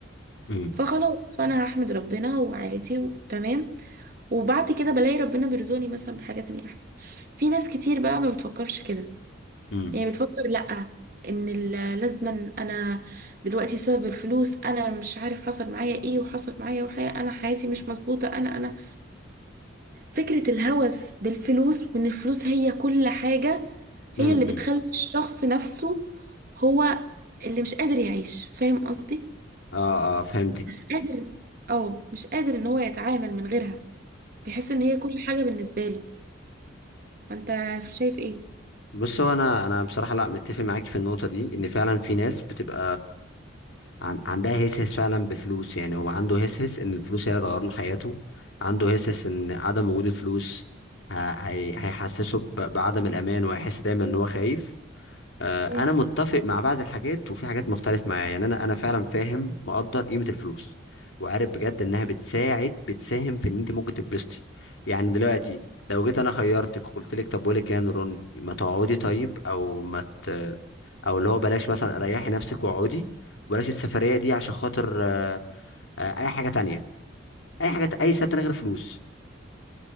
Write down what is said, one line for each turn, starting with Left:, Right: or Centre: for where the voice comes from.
Left: امم
Right: فخلاص فانا هحمد ربنا وعادي وتمام وبعد كده بلاقي ربنا بيرزقني مثلا بحاجة تانية احسن في ناس كتير بقى ما بتفكرش كده
Left: امم
Right: يعني بتفكر لأ ان ال- لازما انا دلوقتي بسبب الفلوس انا مش عارف حصل معايا ايه وحصل معايا وحياة انا حياتي مش مظبوطة انا انا فكرة الهوس بالفلوس وان الفلوس هي كل حاجة هي
Left: امم
Right: اللي بتخلي الشخص نفسه هو اللي مش قادر يعيش فاهم قصدي
Left: اه اه فهمتك
Right: مش قادر اه مش قادر ان هو يتعامل من غيرها بيحس ان هي كل حاجة بالنسبة له فانت شايف ايه
Left: بص هو انا انا بصراحه لا متفق معاك في النقطه دي ان فعلا في ناس بتبقى عن عندها هسهس فعلا بالفلوس يعني هو عنده هسهس ان الفلوس هي اللي هتغير له حياته عنده هسهس ان عدم وجود الفلوس ه- هي- هيحسسه ب- بعدم الامان وهيحس دايما ان هو خايف آه، انا
Right: مم.
Left: متفق مع بعض الحاجات وفي حاجات مختلف معايا يعني انا انا فعلا فاهم مقدر قيمه الفلوس وعارف بجد انها بتساعد بتساهم في ان انت ممكن تتبسطي يعني دلوقتي
Right: تمام
Left: لو جيت انا خيرتك قلت لك طب بقول لك إيه يا نوران ما تقعدي طيب او ما ت... او اللي هو بلاش مثلا ريحي نفسك واقعدي وبلاش السفريه دي عشان خاطر آه، آه، اي حاجه تانية اي حاجه اي سبب تاني غير فلوس